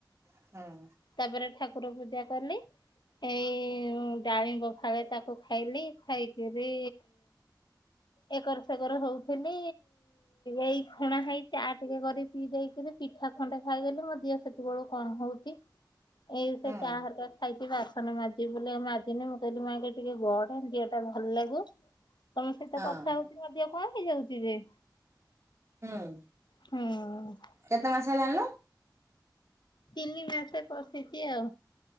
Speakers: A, on the right; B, on the left.
A: ହଁ।
B: ତାପରେ ଠାକୁର ପୂଜା କଲି ଏଇ ମୁ ଡାଳିମ୍ବ ଫାଳେ ତାକୁ ଖାଇଲି ଖାଇକିରି ଏକର ସେକର ହଉଥିଲି ଏଇ ଖୁଣା ହୋଇଛି ଚା ଟିକେ କରି ପି ଦେଇକରି ପିଠା ଖଣ୍ଡେ ଖାଇଦେଲି ମୋ ଦିଅ ସେତେବେଳୁ କଣ ହଉଛି। ଏଇ
A: ହୁଁ
B: ସେ ଚାହା ହରକା ଖାଇଛି ବାସନ ମାଜି ବଲେ ମା ଦିନେ ମୁଁ କହିଲି ମାକେ ଟିକେ ଗଢଡ ଝିଅ ଟା ଭଲ ଲାଗୁ ତମ ସହିତ
A: ହଁ
B: କଥା ହଉ କଣ ହେଇଯାଉଛି ଯେ?
A: ହୁଁ
B: ହୁଁ
A: କେତେ ମାସ ହେଲାଣିଲୋ?
B: ତିନି ମାସ ପଶିଛି ଆଉ